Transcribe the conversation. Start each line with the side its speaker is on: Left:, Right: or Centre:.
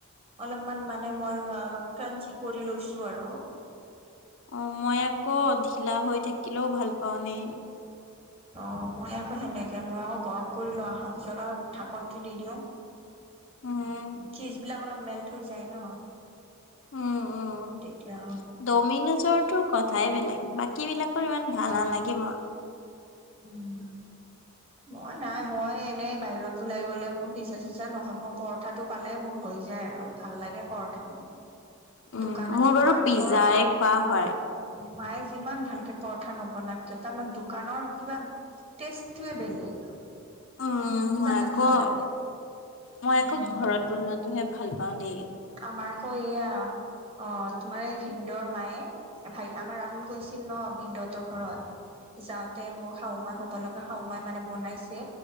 Right: অলপমান মানে মই অলপ ক্ৰাঞ্চি কৰি লৈছো আৰু।
Left: অ মই আকৌ ঢিলা হৈ থাকিলেও ভাল পাওঁ দেই।
Right: অ, মই আকৌ সেনেকে মই আকৌ গৰম কৰি লোৱা অহাৰ পিছত আৰু ঢাকনটো দি দিওঁ।
Left: উম
Right: চীজ বিলাক অলপ মেল্ট হৈ যায় ন।
Left: উম উম।
Right: তেতিয়া
Left: দমিনেজৰটো ক থাই বেলেগ, বাকী বিলাকৰ ইমান ভাল
Right: অ অ
Left: নালাগে মোৰ।
Right: উম। মই নাই, মই এনেই বাহিৰত ওলাই গ'লে মোৰ পিজ্জা চিজ্জা নহয় মোৰ পৰঠাটো পালে মোৰ হৈ যায় আৰু, ভাল লাগে পৰঠা মোৰ।
Left: উম,
Right: দোকানে
Left: মোৰ
Right: যিমান
Left: বাৰু পিজ্জাই
Right: ঘৰত
Left: খোৱা হয়।
Right: মায়ে যিমান ভালকে পৰঠা নবনাওক কিয়, তাৰমানে দোকানৰ কিবা টেষ্টটোৱে বেলেগ।
Left: উম
Right: কিবা
Left: মই
Right: এটা
Left: আকৌ,
Right: ভাল লাগে
Left: মই
Right: উম
Left: আকৌ ঘৰত বনোৱাটোহে ভাল পা পাওঁ দেই।
Right: আমাৰ ক এইয়া। অ, তোমাৰ এই ভিনদৰ মায়ে, ভাই আমাৰ ৰাহুল গৈছিল ন ভিনদহঁতৰ ঘৰত। যাওঁতে মোৰ শাওু মা হ'ব লগা শাও মাই মানে বনাইছে